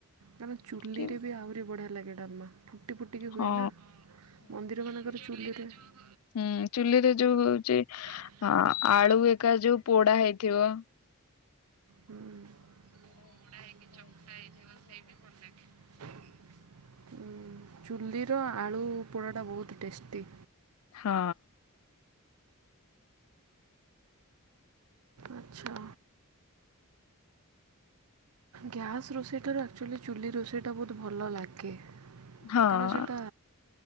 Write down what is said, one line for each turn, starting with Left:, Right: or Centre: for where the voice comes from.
Right: କାରଣ ଚୁଲିରେ
Left: କି
Right: ବି ଆହୁରି ବଢ଼ିଆ ଲାଗେ ଡାଲମା। ଫୁଟି ଫୁଟିକି
Left: ହଁ।
Right: ହୁଏ ନା ମନ୍ଦିର ମାନଙ୍କର ଚୁଲିରେ ଯୋଉ
Left: ହୁଁ ଚୁଲିରେ ଯୋଉ ହଉଛି
Right: ହୁଁ,
Left: ହଁ ଆଳୁ ହେରିକା ଯୋଉ ପୋଡା ହେଇଥିବ?
Right: ପୋଡା ହେଇକି ଚକଟା ହେଇଥିବ ସେଇଟି ଭଲ ଲାଗେ। ଚୁଲିର ଆଳୁ ପୋଡ଼ାଟା ବହୁତ୍ ଟେଷ୍ଟି।
Left: ହଁ।
Right: ଆଛା। ଗ୍ୟାସ୍ ରୋଷେଇଠାରୁ ଆକ୍ଚୁଆଲି ଚୁଲି ରୋଷେଇଟା ବହୁତ ଭଲ ଲାଗେ। ଓକେ
Left: ହଁ
Right: କାରଣ ସେଟା?